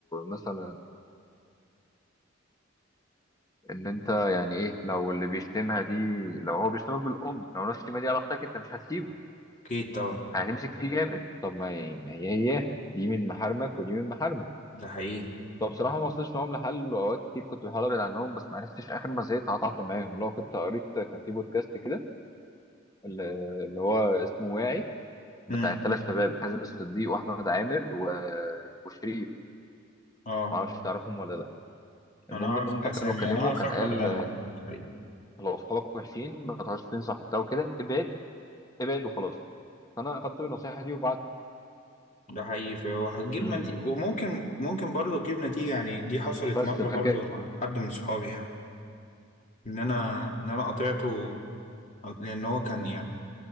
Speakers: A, on the left (about 20°); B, on the left (about 40°).
A: مثلا ان انت يعني ايه لو اللي بيشتمها دي لو هو بيشتمك بالام لو نفس الكلمه دي على اختك انت مش هتسيبه
B: اكيد طبعا
A: هتمسك فيه جامد طب ما هي ما هي هياها دي من محارمك ودي من محارمك
B: ده حقيقي
A: فبصراحه ما وصلتش معاهم لحل واوقات كتير كنت بحاول ابعد عنهم بس ما عرفتش اخر ما زهقت قطعت معاهم لو كنت قريت كان في بودكاست كده اللي اللي هو اسمه واعي بتاع
B: امم
A: الثلاث شباب حازم الصديق واحمد عامر و... وشريف
B: اه
A: ما اعرفش تعرفهم ولا لا المهم
B: انا اعرف
A: ان هم
B: اسامي
A: كانوا كلموا
B: انا اعرف
A: كان
B: احمد
A: قال
B: عامر أيوة.
A: لو اصحابك وحشين ما تقعدش تنصح وبتاع وكده ابعد ابعد وخلاص فانا اخدت النصيحه دي وبعد
B: ده حقيقي فهو هتجيب
A: امم
B: نتيجة وممكن ممكن برضه تجيب نتيجة يعني دي حصلت
A: بس
B: مرة
A: فكده
B: برضه مع حد من صحابي يعني ان انا ان انا قطعته لان هو كان يعني